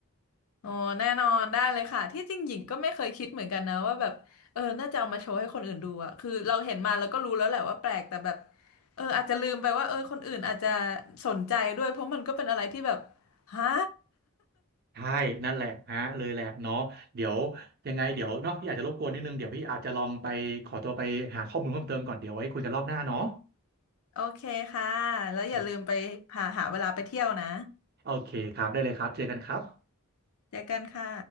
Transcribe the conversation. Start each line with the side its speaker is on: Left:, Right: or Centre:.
Left: <laughs> โอ้แน่นอนได้เลยค่ะที่จริงหญิงก็ไม่เคยคิดเหมือนกันนะว่าแบบเออน่าจะเอามาโชว์ให้คนอื่นดูอ่ะคือเราเห็นมาแล้วก็รู้แล้วแหละว่าแปลกแต่แบบเอออาจจะลืมไปว่าเออคนอื่นอาจจะสนใจด้วยเพราะมันก็เป็นอะไรที่แบบฮะ
Right: ใช่นั่นแหละฮะเลยแหละเนาะเดี๋ยวยังไงเดี๋ยวเนาะพี่อาจจะรบกวนนิดนึงเดี๋ยวพี่อาจจะลองไปขอตัวไปหาข้อมูลเพิ่มเติมก่อนเดี๋ยวไว้คุยกันรอบหน้าเนาะ
Left: <laughs> โอเคค่ะแล้วอย่าลืมไปหาหาเวลาไปเที่ยวนะ
Right: โอเคโอเคครับได้เลยครับเจอกันครับ
Left: เจอกันค่ะ